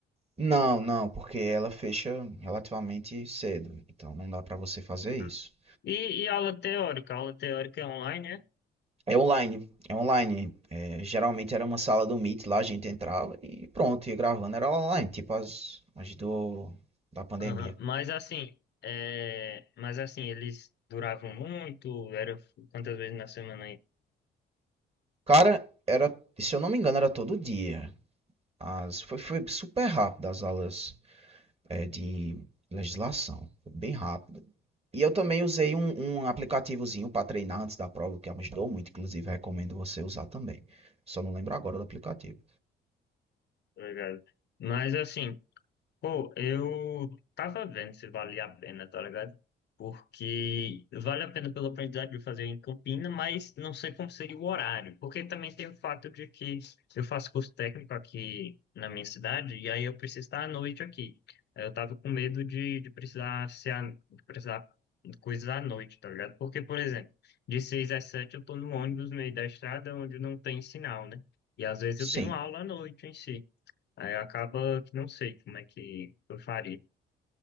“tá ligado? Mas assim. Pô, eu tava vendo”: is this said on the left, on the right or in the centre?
Left